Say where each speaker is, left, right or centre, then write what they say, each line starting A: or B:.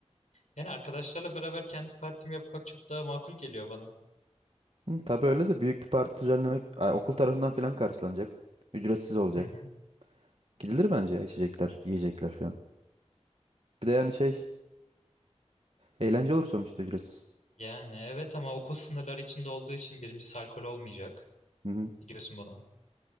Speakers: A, on the left; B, on the right.
A: yani arkadaşlarla beraber kendi partimi yapmak çok daha makul geliyor bana.
B: Hı, tabii öyle de büyük bir parti düzenlemek Ay, okul tarafından falan karşılanacak. Ücretsiz olacak.
A: Hı hı.
B: Gidilir bence ya içecekler, yiyecekler falan. Bir de yani şey eğlence olur sonuçta ücretsiz.
A: Yani evet ama okul sınırları içinde olduğu için birincisi alkol olmayacak.
B: Hı hı.
A: Biliyorsun bunu.